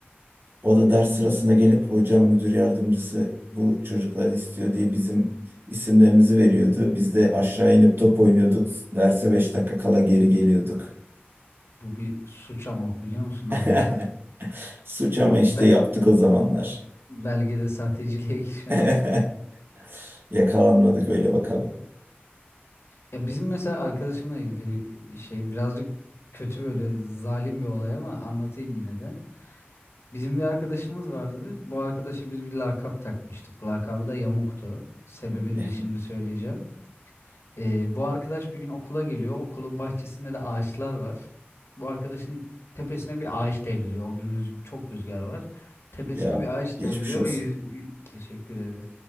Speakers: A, on the right; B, on the left.
A: O da ders sırasında gelip hocam müdür yardımcısı bu çocukları istiyor diye bizim isimlerimizi veriyordu. Biz de aşağı inip top oynuyorduk. Derse 5 dakika kala geri geliyorduk.
B: Bu bir suç ama biliyor musun Hamza?
A: <laughs> Suç ama
B: Bu
A: işte
B: be-
A: yaptık o zamanlar.
B: belgede sahteciliğe <laughs> girer
A: <laughs>
B: mi?
A: Yakalanmadık öyle bakalım.
B: Ya bizim mesela arkadaşımla ilgili şey birazcık kötü böyle zalim bir olay ama anlatayım yine de. Bizim bir arkadaşımız vardı. Bu arkadaşa biz bir lakap takmıştık. Lakabı da Yamuk'tu. Sebebini
A: Ya
B: de şimdi söyleyeceğim. Ee, bu arkadaş bir gün okula geliyor. Okulun bahçesinde de ağaçlar var. Bu arkadaşın tepesine bir ağaç devriliyor. O gün rüz- çok rüzgar var. Tepesine
A: ya,
B: bir ağaç
A: geçmiş
B: devriliyor
A: olsun.
B: ve yüz y- teşekkür ederiz.